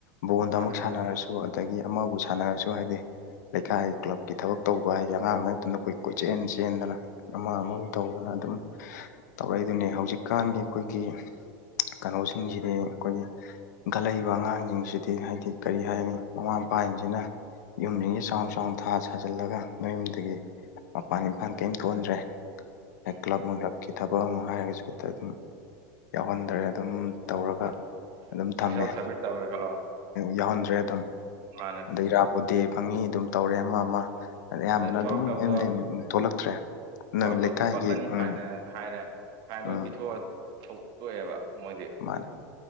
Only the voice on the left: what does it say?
ꯕꯣꯟꯗ
ꯑꯃꯨꯛ ꯁꯥꯟꯅꯔꯁꯨ
ꯑꯗꯒꯤ ꯑꯃꯕꯨ ꯁꯥꯟꯅꯔꯁꯨ ꯍꯥꯏꯗꯤ ꯂꯩꯀꯥꯏ ꯀ꯭ꯂꯕꯀꯤ ꯊꯕꯛ ꯇꯧꯕ ꯍꯥꯏꯖꯤ ꯑꯉꯥꯡ ꯑꯣꯏ ꯃꯇꯝꯗ ꯑꯀꫭꯏ ꯀꯣꯏꯆꯦꯟ ꯆꯦꯟꯗꯅ ꯑꯃ
ꯑꯃꯕꯨ ꯇꯧꯗꯅ ꯑꯗꯨꯝ ꯇꯧꯔꯛꯏꯗꯨꯅꯤ ꯍꯧꯖꯤꯛꯀꯥꯟꯒꯤ ꯑꯈꯣꯏꯒꯤ ꯀꯅꯣꯖꯤꯡꯖꯤꯗꯤ ꯑꯈꯣꯏꯒꯤ ꯏꯪꯈꯠꯂꯛꯏꯕ ꯑꯉꯥꯡꯖꯤꯡꯁꯤꯗꯤ ꯍꯥꯏꯗꯤ ꯀꯔꯤ ꯍꯥꯏꯅꯤ ꯃꯃꯥ ꯃꯄꯥꯖꯤꯡꯖꯤꯅ ꯌꯨꯝꯖꯤꯡꯖꯦ ꯆꯥꯎ ꯆꯥꯎꯅ ꯊꯥ ꯁꯥꯖꯤꯜꯂꯒ ꯃꯌꯨꯝꯗꯒꯤ ꯃꯄꯥꯟ ꯏꯄꯥꯟ ꯀꯩꯝ ꯊꯣꯛꯍꯟꯗ꯭ꯔꯦ
ꯀ꯭ꯂꯕ ꯅꯨꯡꯂꯞꯀꯤ ꯊꯕꯛ ꯑꯃ ꯍꯥꯏꯔꯨꯔꯁꯨ ꯍꯦꯛꯇ ꯑꯗꯨꯝ ꯌꯥꯎꯍꯟꯗ꯭ꯔꯦ ꯑꯗꯨꯝ ꯇꯧꯔꯒ
ꯑꯗꯨꯝ ꯊꯝꯃꯦ
ꯌꯥꯎꯍꯟꯗ꯭ꯔꯦ ꯑꯗꯨꯝ
ꯑꯗꯩ ꯏꯔꯥꯕꯣꯠ ꯗꯦ ꯐꯪꯉꯤ ꯑꯗꯨꯝ ꯇꯧꯔꯦ ꯑꯃ ꯑꯃ ꯑꯗꯩ ꯑꯌꯥꯝꯕꯅ
ꯑꯗꯨꯝ
ꯃꯌꯨꯝꯗꯩ ꯊꯣꯛꯂꯛꯇ꯭ꯔꯦ
ꯅꯪ ꯂꯩꯀꯥꯏꯒꯤ
ꯎꯝ
ꯎꯝ
ꯃꯥꯅꯦ